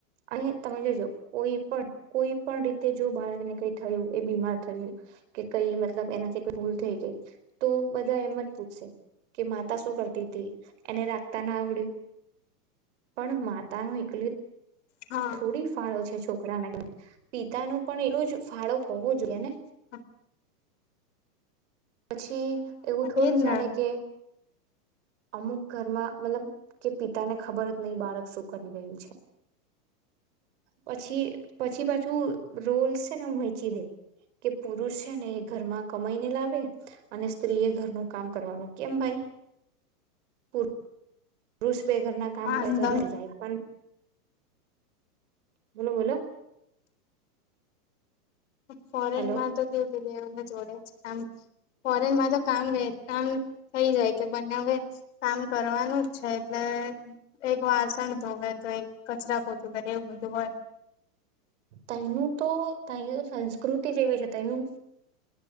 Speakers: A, on the right; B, on the left.
A: અને તમે જોજો કોઈ પણ કોઈ પણ રીતે જો બાળકને કઈ થયું એ બીમાર થયું કે કઈ મતલબ એનાથી કઈ ભૂલ થઈ ગઈ તો બધા એમ જ પૂછશે કે માતા શું કરતી તી એને રાખતા ના આવડ્યું પણ માતાનું એકલું
B: હા
A: થોડી ફાળો છે. છોકરાને પિતાનો પણ એટલો જ ફાળો હોવો જોઈએ ને
B: હા
A: પછી એવું થોડી
B: એજ
A: ચાલે
B: ને
A: કે અમુક ઘરમાં મતલબ કે પિતાને ખબર જ નહી બાળક શું કરી રહ્યું છે પછી પછી પાછુ રોલ છે ને હું વેચી દે કે પુરુષ છે ને એ ઘરમાં કમાઈને લાવે અને સ્ત્રી એ ઘરનું કામ કરવાનું કેમ ભાઈ પુ પુરુષ બેે ઘરના કામ
B: હા
A: કરે
B: દમ
A: <unintelligible> જાય પણ બોલો બોલો.
B: ફોરેનમાં
A: હેલો
B: તો તે બધેને જોડે જ આમ ફોરેનમાં તો કામ કામ થઈ જાય કે બંને હવે કામ કરવાનું જ છે એટલે એક વાસણ ધોવે તો એક કચરા પોતું કરે એવું બધું હોય.
A: તયનું તો તયની સંસ્કૃતિ જેવી છે તયનું